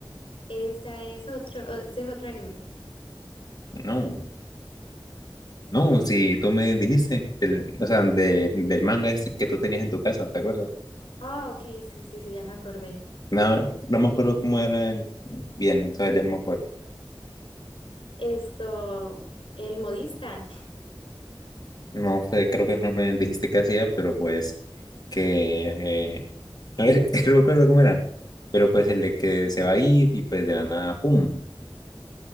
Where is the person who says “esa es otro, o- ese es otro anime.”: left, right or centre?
Left